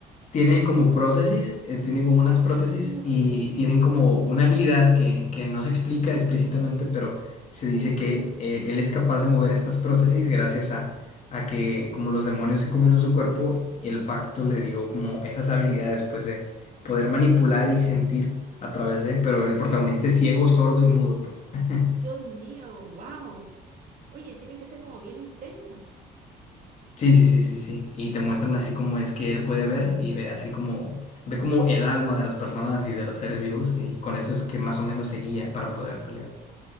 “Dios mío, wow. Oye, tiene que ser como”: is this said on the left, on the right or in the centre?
Right